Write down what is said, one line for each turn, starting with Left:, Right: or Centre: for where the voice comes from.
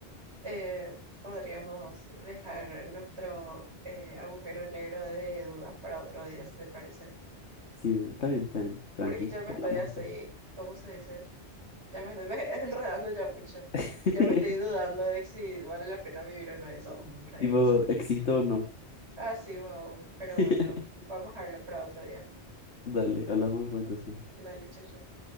Right: eh, podríamos dejar nuestro eh, agujero negro de dudas para otro día, si te parece.
Left: Sí, está bien, está bien. Tranqui,
Right: Porque ya me
Left: hablamos
Right: estoy así,
Left: después.
Right: ¿cómo se dice? Ya me estoy ve- <laughs> enredando ya mucho.
Left: <laughs>
Right: Y ya me estoy dudando de si vale la pena vivir o no. Eso, mm, re
Left: Tipo,
Right: emocionante.
Left: ¿existo o no?
Right: Ah, sí, wow. Pero
Left: <laughs>
Right: bueno, vamos a hablar para otro día.
Left: Dale, hablamos después entonces.
Right: Dale, chau, chau.